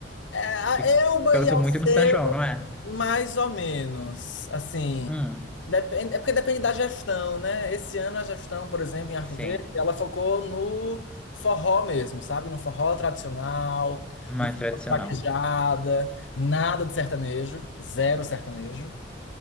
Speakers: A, on the left (about 85°); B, in the centre.
A: É, a
B: que
A: Elba
B: cantam
A: e Alceu,
B: muito no São João, não é?
A: mais ou menos. Assim,
B: Hum,
A: depende, é porque depende da gestão, né? Esse ano a gestão, por exemplo, em Arco
B: sim,
A: Verde, ela focou no forró mesmo, sabe? No forró tradicional,
B: mais
A: no forró
B: tradicional.
A: de vaquejada, nada de sertanejo, zero sertanejo.